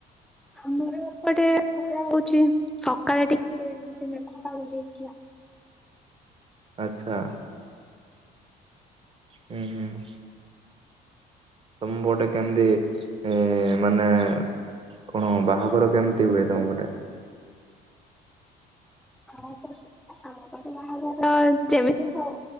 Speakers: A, in the centre; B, on the right.
A: ଆମର ଏପଟେ ଖରା ହଉଛି। ସକାଳେ ଟିକେ <unintelligible> ମେଘୁଆ ପାଗ ଯେଇଥିଲା
B: ଆଚ୍ଛା। ହୁଁ, ହୁଁ। ତୋମ ପଟେ କେମିତି ଏ, ମାନେ କଣ ବାହାଘର କେମିତି ହୁଏ ତୋମ ପଟେ?
A: ଆ <unintelligible> ଆମ ପଟେ ବାହାଘର ଯେମିତି ସ-